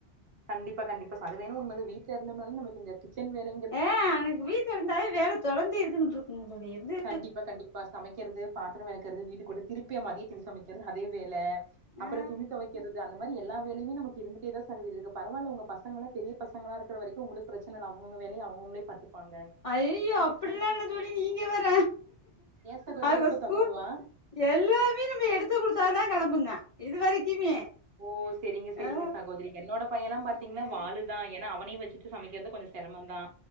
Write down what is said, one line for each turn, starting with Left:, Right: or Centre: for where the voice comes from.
Right: கண்டிப்பா கண்டிப்பா ச அது வேணா உண்ம தா வீட்ல இருந்தோம்னாலே நக்கு இந்த கிச்சன் வேலை
Left: ஏ அன்னைக்கி வீட்ல இருந்தவே வேல தொடர்ந்து இருந்தூக்கிட்டுருக்கு வேலை தொடர்ந்து இருதுகிட்டு இருந்து இருக்குங்க தோழி
Right: கண்டிப்பா கண்டிப்பா சமைக்கிறது பாத்திர வெளக்றது வீடு கூட்டு திருப்பிய மதியத்க்கு சமைக்கிறது அதே வேல
Left: ஆ
Right: அப்பற துணி துவைக்கிறது அந்த மாரி எல்லா வேலையுமே நமக்கு இருட்டே தா சகோதரி இருக்கு பரவால உங்க பசங்கங்களா பெரிய பசங்கள இருக்கிற வரைக்கு உங்களுக் பிரச்சன இல்ல அவுங்க வேலைய அவங்கங்களே பாத்துப்பாங்க
Left: ஐய்யய்யோ
Right: இது
Left: அப்டிலா
Right: கை-
Left: இல்ல தோழி நீங்க வேற
Right: ஏன் சகோதரி
Left: அவ
Right: ரொம்ப
Left: ஸ்கூ
Right: தொந்தரவா
Left: எல்லாமே நம்ம எடுத்து குடுத்தாத தா கிளம்புங்க இது வரைக்குமே
Right: ஓ செரிங்க செரிங்க
Left: ஆ
Right: சாகோதரி என்னோட பையன்லா பாத்தீங்கன்னா வாலுதா ஏன்னா அவனையு வச்சுட்டு சமைக்கிறது கொஞ்சோ சிரமம் தா